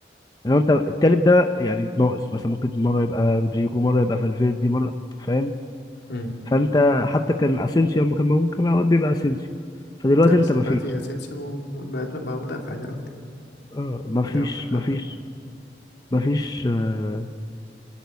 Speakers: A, on the left; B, on the left.
A: لو انت التالت ده يعني ناقص مثلا ممكن مره يبقى رودريجو مره يبقى فالفيردي مره فاهم
B: مم.
A: فانت حتى كان اسينسيو لما كان موجود كان اوقات بيبقى اسينسيو فدلوقتي
B: لا بس
A: انت مفيش
B: دلوقتي اسينسيو بقى بقى مدافع دلوقتي
A: اه مفيش
B: بيلعب مدافع
A: مفيش مفيش آه